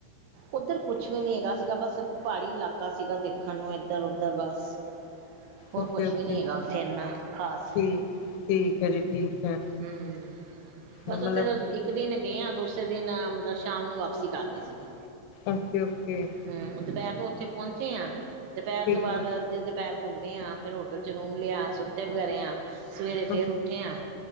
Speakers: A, on the right (about 75°); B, on the left (about 80°).
A: ਉੱਧਰ ਕੁਛ ਵੀ ਨਹੀਂ ਹੈਗਾ ਸੀਗਾ ਬਸ ਪਹਾੜੀ ਇਲਾਕਾ ਸੀਗਾ ਦੇਖਣ ਨੂੰ ਇੱਧਰ ਉੱਧਰ ਬਸ। ਹੋਰ
B: ਓਕੇ
A: ਕੁਛ
B: ਓਕੇ
A: ਵੀ ਨੀ ਹੈਗਾ ਉੱਥੇ ਇਨ੍ਹਾਂ ਖ਼ਾਸ।
B: ਠੀਕ ਠੀਕ ਹੈ ਜੀ ਠੀਕ ਹੈ।
A: ਹਮ ਬਸ
B: ਮਤਲਬ
A: ਉੱਥੇ ਦਾ ਇੱਕ। ਇੱਕ ਦਿਨ ਗਏ ਆ ਦੂਸਰੇ ਦਿਨ ਮਤਲਬ ਸ਼ਾਮ ਨੂੰ ਵਾਪਸੀ ਕਰਦੀ ਸੀਗੀ।
B: Okay okay.
A: ਹਮ ਦੁਪਹਿਰ ਨੂੰ ਉੱਥੇ ਪਹੁੰਚੇ ਆ ਦੁਪਹਿਰ
B: ਠੀਕ
A: ਤੋਂ ਬਾਅਦ।
B: ਹੈ
A: ਅੱਧ ਦੁਪਹਿਰ ਘੁੰਮੇ ਆ ਫਿਰ ਹੋਟਲ 'ਚ ਰੂਮ ਲਿਆ ਸੁੱਤੇ ਵਗੈਰੇ ਆ ਸਵੇਰੇ ਫਿਰ
B: ਓਕੇ,
A: ਉੱਠੇ ਹਾਂ।